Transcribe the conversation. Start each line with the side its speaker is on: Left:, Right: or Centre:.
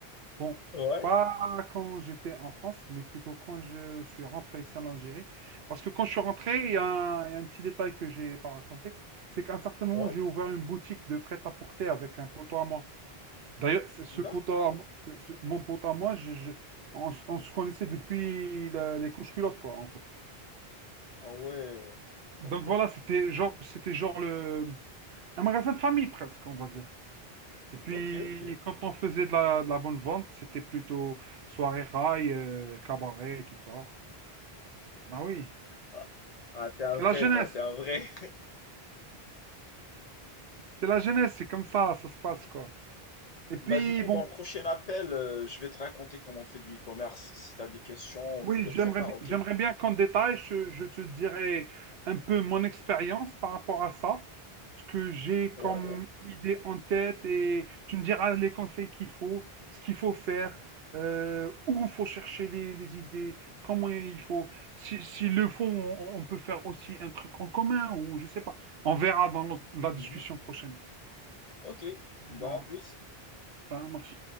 Right: Bon,
Left: Ouais,
Right: pas quand j'étais en France, mais plutôt quand je suis rentré ici en Algérie. Parce que quand je suis rentré, il y a un, il y a un petit détail que j'ai pas raconté, c'est qu'à un certain moment,
Left: ouais,
Right: j'ai ouvert une boutique de prêt-à-porter avec un poteau à moi. D'ailleurs, c'est ce
Left: d'accord.
Right: poteau à moi, ce- ce- mon poteau à moi, je, je- on, s- on se connaissait depuis la- les couches culottes, quoi, en fait.
Left: Ah ouais, ok,
Right: Donc voilà, c'était genre, c'était genre le, un magasin de famille presque, on va dire. Et puis,
Left: ok, ok.
Right: quand on faisait de la, de la bonne vente, c'était plutôt soirée rail, euh, cabaret et tout ça. Bah oui,
Left: Ah, ah, t'es un
Right: c'est
Left: vrai,
Right: la jeunesse.
Left: toi, t'es un vrai.
Right: C'est la jeunesse, c'est comme ça, ça se passe, quoi. Et puis,
Left: Bah du coup,
Right: bon.
Left: dans le prochain appel, euh, je vais te raconter comment on fait du e-commerce. Si t'as des questions,
Right: Oui,
Left: tu les
Right: j'aimerais,
Left: prépares,
Right: bi-
Left: ok?
Right: j'aimerais bien qu'en détail, je, je te dirais un peu mon expérience par rapport à ça, ce que j'ai
Left: Ouais,
Right: comme
Left: ouais.
Right: idée en tête et tu me diras les conseils qu'il faut, ce qu'il faut faire, euh, où il faut chercher les, les idées, comment il faut. Si, s'ils le font, on, on peut faire aussi un truc en commun ou je sais pas. On verra dans notre- la discussion
Left: Mhm.
Right: prochaine.
Left: Ok.
Right: Voilà,
Left: Bah à plus.
Right: ça marche.